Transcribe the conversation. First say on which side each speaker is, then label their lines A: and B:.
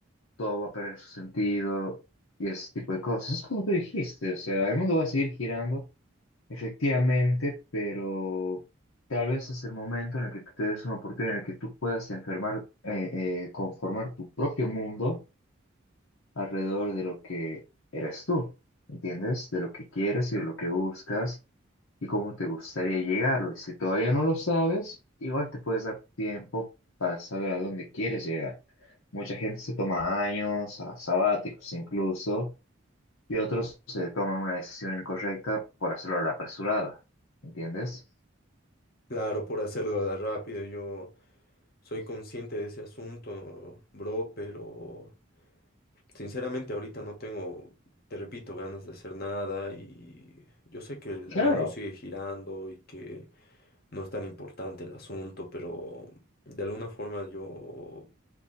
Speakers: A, on the left; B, on the left.
A: todo va a perder su sentido y ese tipo de cosas. Es como tú dijiste, o sea, el mundo va a seguir girando, efectivamente, pero tal vez es el momento en el que tú te des una oportunidad en el que tú puedas enfermar, eh, eh, conformar tu propio mundo alrededor de lo que eres tú, ¿entiendes? De lo que quieres y de lo que buscas y cómo te gustaría llegarlo. Y si todavía no lo sabes, igual te puedes dar tiempo para saber a dónde quieres llegar. Mucha gente se toma años, a- sabáticos incluso, y otros se toman una decisión incorrecta por hacerlo a la apresurada, ¿entiendes?
B: Claro, por hacerlo a la rápida, yo soy consciente de ese asunto, bro, pero Sinceramente, ahorita no tengo, te repito, ganas de hacer nada y yo sé que el
A: Claro.
B: mundo sigue girando y que no es tan importante el asunto, pero de alguna forma yo